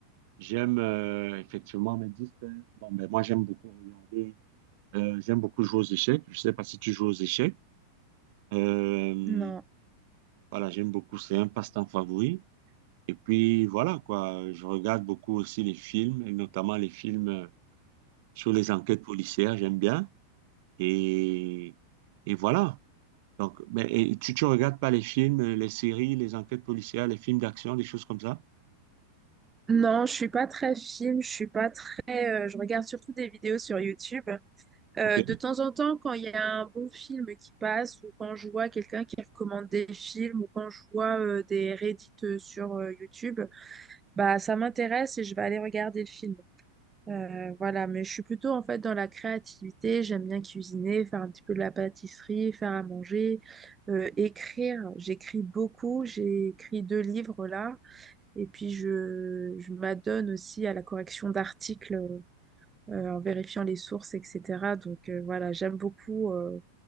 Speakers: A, on the right (about 50°); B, on the right (about 15°).
A: j'aime euh, effectivement me distraire. Bon, ben moi j'aime beaucoup regarder, euh, j'aime beaucoup jouer aux échecs. Je sais pas si tu joues aux échecs. Euh,
B: Non.
A: voilà, j'aime beaucoup, c'est un passe-temps favori. Et puis voilà quoi, je regarde beaucoup aussi les films, et notamment les films euh, sur les enquêtes policières, j'aime bien. Et, et voilà. Donc, ben, et tu tu regardes pas les films, euh, les séries, les enquêtes policières, les films d'action, des choses comme ça?
B: Non, je suis pas très film, je suis pas très euh, je regarde surtout des vidéos sur YouTube. Euh,
A: Ok.
B: de temps en temps, quand il y a un bon film qui passe, ou quand je vois quelqu'un qui recommande des films, ou quand je vois euh, des Reddit euh, sur euh, YouTube, bah ça m'intéresse et je vais aller regarder le film. Euh, voilà, mais je suis plutôt en fait dans la créativité. J'aime bien cuisiner, faire un petit peu de la pâtisserie, faire à manger, euh, écrire. J'écris beaucoup. J'ai écrit deux livres là, et puis je, je m'adonne aussi à la correction d'articles euh, euh, en vérifiant les sources, etc. Donc euh, voilà, j'aime beaucoup euh,